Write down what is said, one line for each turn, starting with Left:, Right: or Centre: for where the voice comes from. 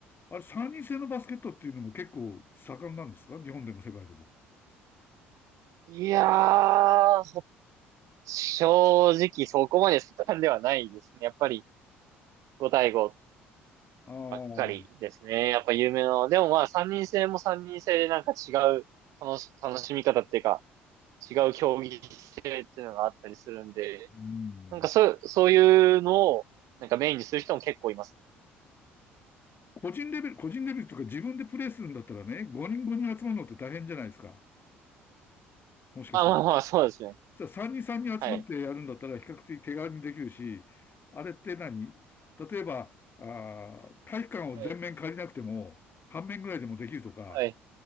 Left: あれ、三人制のバスケットっていうのも結構盛んなんですか日本でも世界でも。
Right: いやー、正直そこまで進んではないですね。やっぱりご対5
Left: ああ、
Right: ばっかりですね。
Left: ああ、
Right: やっぱ有名な。でもまあ3人制も3人制でなんか違う楽し、楽しみ方っていうか、違う競技性っていうのがあったりするんで、
Left: うん。
Right: なんかそう、そういうのをなんかメインにする人も結構いますね。
Left: 個人レベル、個人レベルというか自分でプレーするんだったらね、5人5人集まるのって大変じゃないですか。もしかしたら。
Right: まあまあまあ、そうですね。
Left: そしたら3人3人集まってやるんだったら比較的手軽にできるし、
Right: はい。
Left: あれって何例えば、あー体育館を全面借りなくても、
Right: はい。
Left: 半面ぐらいでもできるとか、
Right: はい。